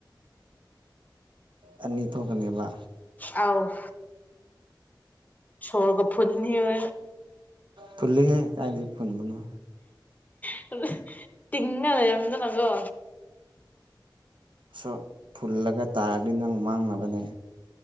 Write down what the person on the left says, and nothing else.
ꯑꯧ ꯁꯣꯔꯒ ꯐꯨꯟꯅꯤꯍꯦ
<unintelligible> ꯇꯤꯡꯉ ꯂꯩꯔꯝꯗꯅꯀꯣ